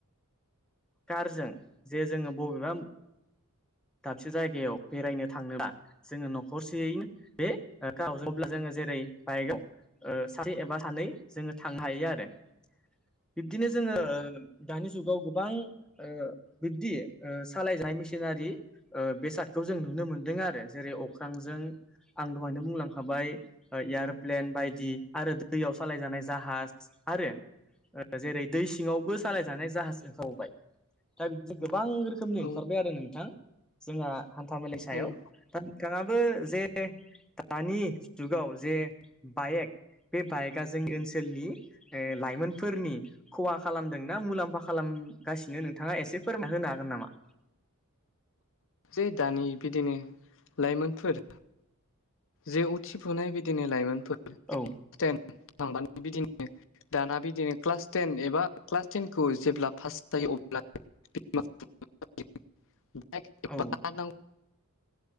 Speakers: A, in the centre; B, on the left.
A: कारजों जे जोङो बबेबा दाबसे जायगायाव बेरायनो थांला जोङो न'खरसेयैनो बे ओ गावजों अब्ला जोङो जेरै बाइकआव ओ सासे एबा सानै जोङो थांनो हायो आरो बिब्दिनो जोङो ओ दानि जुगाव गोबां ओ बिब्दि ओ सालायजानाय मेसिनारि ओ बेसादखौ जों नुनो मोन्दों आरो जेरै अख्रांजों आं दहायनो बुंलांखाबाय ओ एयार'प्लेन बायदि आरो दैयाव सालायजानाय जाहाज आरो जेरै दै सिङावबो सालायजानाय जाहाज ओखारबावबाय दा बिदिनो गोबां रोखोमनि
B: औ
A: ओंखारबाय आरो नोंथां जोंहा हान्था मेलानि सायाव
B: औ
A: दा बिथाङाबो जे दानि जुगाव जे बाएक बे बाइकआ जोंनि ओनसो ओनसोलनि ओ लाइमोनफोरनि खहा खालामदों ना मुलाम्फा खालामगासिनो नोंथाङा एसे फोरमायना होनो हागोन नामा
B: जे दानि बिदिनो लाइमोनफोर जे उथिफुनाय बिदिनो लाइमोनफोर
A: औ
B: थेन थांबानो बिदिनो दाना बिदिनो क्लास टेन एबा क्लास टेनखौ जेब्ला पास जायो अब्ला <unintelligible>
A: औ